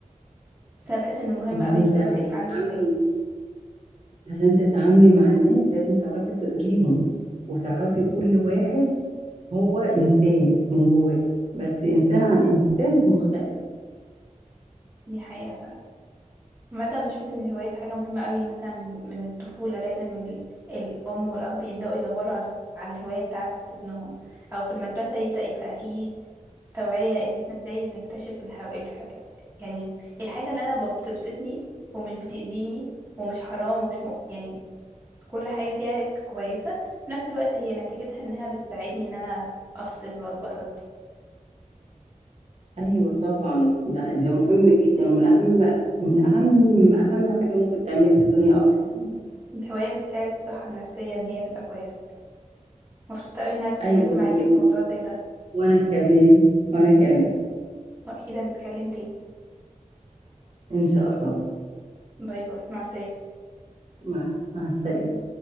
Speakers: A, on the right; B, on the right.
A: بس أنا بحس إن مهم
B: ما
A: أوي
B: هو
A: إن
B: انت
A: كل
B: عشان
A: واحد يبقى
B: تتعاملي
A: عنده هواية
B: عشان تتعاملي مع الناس لازم تعرفي تقريهم وتعرفي
A: يعني
B: كل واحد هو إنسان من جواه بس إنسان عن إنسان مختلف
A: دي حقيقة فعلا عامة بشوف إن الهواية دي حاجة مهمة أوي مثلا من من الطفولة لازم ال... الأم والأب يبدأوا يدوروا على على الهواية بتاعت ابنهم أو في المدرسة يبدأ يبقى فيه توعية إن إحنا إزاي نكتشف الهو... الح... يعني الحاجة اللي أنا بتبسطني ومش بتأذيني ومش حرام ومش م... يعني كل حاجة فيها كويسة في نفس الوقت هي نتيجتها إنها بتساعدني إن أنا أفصل وأتبسط
B: أيوة طبعا ده ده مهم جدا ومن أهم من أهم أهم حاجة ممكن تعمليها في الدنيا أصلا
A: مم. الهواية بتساعد الصحة النفسية إن هي تبقى كويسة مبسوطة أوي إن أنا اتكلمت
B: أيوة
A: معاكي
B: وال...
A: في موضوع زي ده
B: وأنا كمان وأنا كمان
A: وأكيد هنتكلم تاني
B: إن شاء الله
A: باي باي مع السلامة
B: مع مع السلامة